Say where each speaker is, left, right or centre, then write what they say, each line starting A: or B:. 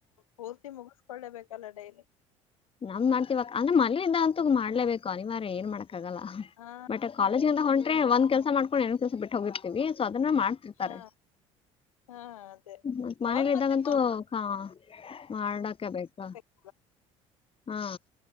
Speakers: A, on the left (about 80°); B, on the left (about 30°).
A: ಪೂರ್ತಿ ಮುಗಿಸ್ಕೊಳ್ಳೇಬೇಕಲ್ಲ ಡೈಲಿ
B: ನಮ್ದ್ ಮಾಡ್ತಿವ ಅಕ್ಕಾ ಅಂದ್ರ ಮನೆಂದ ಅಂತೂ ಮಾಡ್ಲೇಬೇಕು ಅನಿವಾರ್ಯ ಏನು ಮಾಡಕ್ ಆಗಲ್ಲ
A: ಹಾ
B: ಬಟ್ ಕಾಲೇಜಗಿಂತ
A: ಅದೇ ಅದೇ
B: ಹೊಂಟ್ರೆ ಒಂದ್ ಕೆಲ್ಸ ಮಾಡಕೊಂಡು ಇನ್ನೊಂದ್ ಕೆಲ್ಸ ಬಿಟ್ಟ ಹೋಗಿರ್ತಿವಿ ಸೊ ಅದನ್ನ ಮಾಡ್
A: ಹಾ ಹಾ ಅದೇ
B: <unintelligible> ಮತ್ ಮನೇಲಿ
A: ಅವಾಗ
B: ಇದ್ದಾಗಂತೂ
A: ಮತ್ತೆ ಮ-
B: ಹಾ ಮಾಡಕ ಬೇಕಾ
A: ಹ
B: ಹಾ